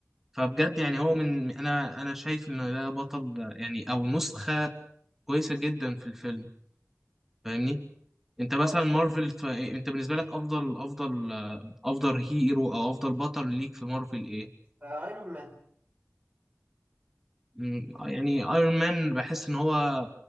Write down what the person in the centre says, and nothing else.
فبجد يعني هو من أنا أنا شايف إن ده بطل ده يعني أو نسخة كويسة جدا في الفيلم فاهمني انت
مثلا مارفل ف... إيه، انت بالنسبه لك افضل افضل افضل هيرو او افضل بطل ليك في مارفل ايه
مم، يعني ايرون مان بحس ان هو